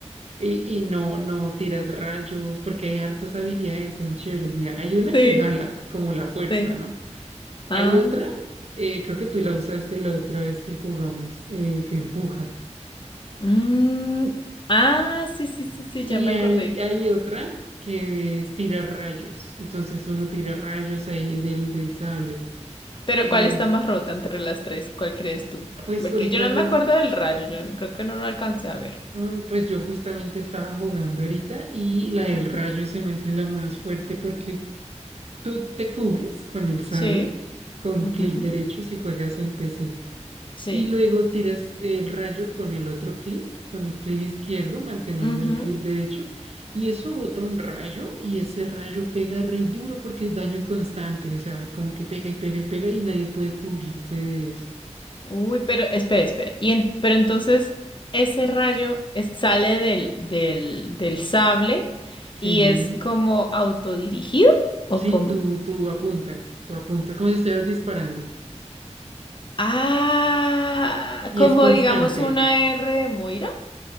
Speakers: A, on the right; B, on the left.
A: Y, y no, no tiras rayos, porque hay hartas habilidades, son chéveres. Mira, hay una
B: Sí,
A: que jala, como la fuerza,
B: sí.
A: ¿no?
B: Ah.
A: Hay otra, eh, creo que tú la usaste la otra vez que jugamos, eh, que empuja.
B: mm, ah, sí, sí, sí, sí,
A: Y
B: ya me
A: hay,
B: acordé.
A: hay otra que es tirar rayos. Entonces uno tira rayos ahí del, del sable.
B: Pero
A: Eh,
B: ¿cuál está más rota entre las tres? ¿Cuál crees tú?
A: pues
B: Porque
A: ahorita
B: yo no
A: yo,
B: me acuerdo del rayo, yo no- creo que no lo alcancé a ver.
A: mm, pues yo justamente estaba jugando ahorita y la del
B: Ujú.
A: rayo se me hace la más fuerte porque tú te cubres con el sable,
B: Sí,
A: con
B: ujú,
A: clic derecho si juegas en PC.
B: sí.
A: Y luego tiras el rayo con el otro clic, con el clic izquierdo, manteniendo
B: ujú.
A: el clic derecho. Y eso bota un rayo y ese rayo pega re duro porque es daño constante. O sea, como que pega y pega y pega y nadie puede cubrirse de eso.
B: Uy, pero espera, espera. Y en- pero entonces ese rayo es- sale del, del, del sable
A: Sí,
B: y es como autodirigido ¿o
A: sí,
B: cómo?
A: tú, tú apuntas, tú apuntas como si estuvieras disparando.
B: Ah,
A: Y
B: como
A: es constante.
B: digamos una R de Moira.